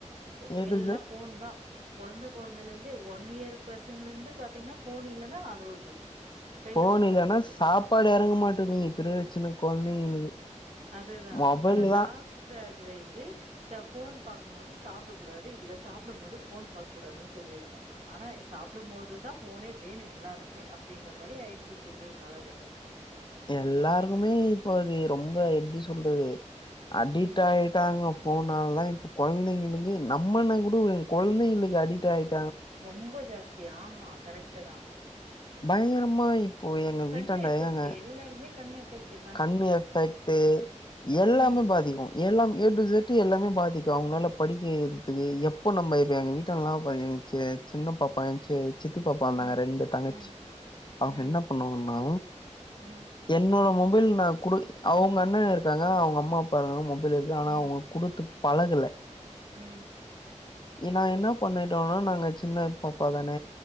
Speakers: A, on the right; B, on the left.
A: இப்போ
B: ஏ
A: எல்லா
B: டு இசட்
A: ஃபோன் தா பொறந்த கொழந்தலருந்து ஒன் இயர் பசங்கலந்து பாத்தீங்கன்னா ஃபோன் இல்லனா அழுவுது கையில
B: ஃபோன்
A: ஃபோன
B: இல்லன்னா
A: குடுத்துறனு
B: சாப்பாடு எறங்க மாட்டேதுங்க இப்ப இருக்க சின்ன கொழந்தைங்களுக்கு
A: அதுதா
B: மொபைல்
A: ஆனா
B: தா
A: டாக்டர் அட்வைஸு ச போன் பாக்கும் போது சாப்ட கூடாது இல்ல சாப்டும் போது ஃபோன் பாக்க கூடாதுன்னு சொல்லிர்க் ஆனா சாப்பிடும் போதுதா ஃபோனே வேணு எல்லாருக்குமே அப்படின்ற மாரி ஆயிற்சி இப்ப இருக்குற காலகட்டத்துல
B: எல்லாருக்குமே இப்போ அது ரொம்ப எப்டி சொல்றது அடிக்ட்
A: ம்.
B: ஆய்ட் ட்டாங்க ஃபோனால தா இப்ப குழந்தைங்களுக்கு நம்மனா கூட விடு குழந்தைங்களுக்கு அடிக்ட் ஆய்ட்டு
A: ரொம்ப ஜாஸ்தி ஆமா கரெக்ட்டு தா
B: பயங்கரமா இப்போ எங்க
A: கண்
B: வீட்டாண்ட
A: எஃபெக்ட்
B: ஏங்க
A: எல்லாருக்குமே கண் எஃபெக்ட்டு
B: கண் எஃபெக்ட்டு எல்லாமே
A: ம்.
B: பாதிக்கு எல்லாம் ஏ டு ஜெட் எல்லாமே பாதிக்கு அவுங்களால படிக்கறதுக்கு எப்போ நம்ப இப்போ எங்க வீட்டான்டல்லா பாத்தீங்க செ சின்ன பாப்பா என்ச்சு சித்தி பாப்பா வந்தாங்க
A: ம்.
B: ரெண்டு தங்கச்சி
A: ம்.
B: அவுங்க
A: ம்.
B: என்ன பண்ணுவாங்கன்னா
A: ம்.
B: என்ன மொபைல்னா குடு அவுங்க அண்ணே இருக்காங்க அவுங்க அம்மா அப்பா இருக்காங்க மொபைல் இருக்கு ஆனா
A: ம்.
B: அவங்க
A: ம்.
B: குடுத்து பழகல
A: ம்
B: நான் என்ன பண்ணிட்டோ நாங்க சின்ன பாப்பா தான